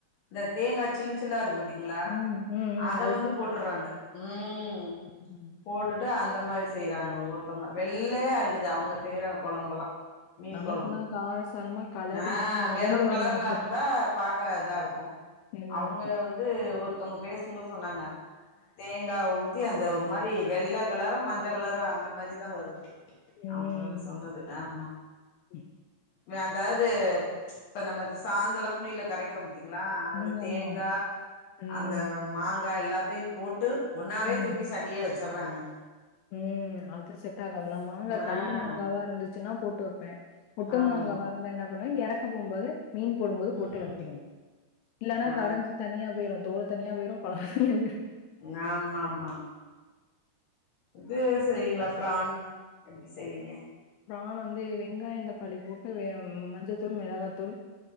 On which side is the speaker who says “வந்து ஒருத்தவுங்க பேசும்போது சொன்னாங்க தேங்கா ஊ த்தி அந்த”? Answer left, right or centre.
Left